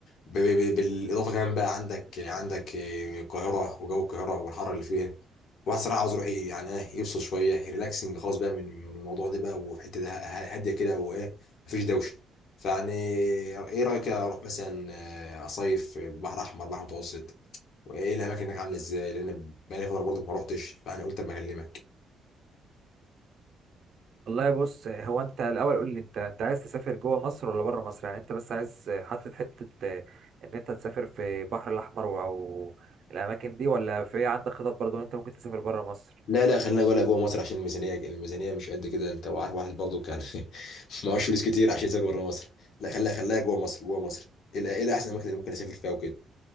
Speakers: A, on the left (about 70°); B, on the right (about 60°).
A: ب- ب- ب- بالاضافه كمان بقى عندك عندك إيه، القاهره وجو القاهره والحر اللي فيها واحد صراحه عاوز يروح ي- يعني إيه، يفصل شويه ريلاكسنج خالص بقى من من الموضوع ده بقى وحته ده ه- هاديه كده وايه مفيش دوشه فيعني ايه رايك اروح مثلا آه، اصيف بحر احمر بحر متوسط وايه الاماكن هناك عامله ازاي لان بقالي فتره برضه ما روحتش فانا قلت اما اكلمك
B: والله بص هو انت الاول قول لي انت انت عايز تسافر جوه مصر ولا بره مصر يعني انت بس عايز حاطط حته ان انت تسافر في البحر الاحمر او الاماكن دي ولا في عندك خطط برضه ان انت ممكن تسافر بره مصر
A: لا لا خلينا جوه جوه مصر عشان الميزانيه الميزانيه مش قد كده انت وعارف واحد برضه كان <laughs> معهوش فلوس كتير عشان يسافر بره مصر لا خليها خليها جوه مصر جوه مصر ايه الأ- ايه احسن الاماكن اللي ممكن اسافر فيها وكده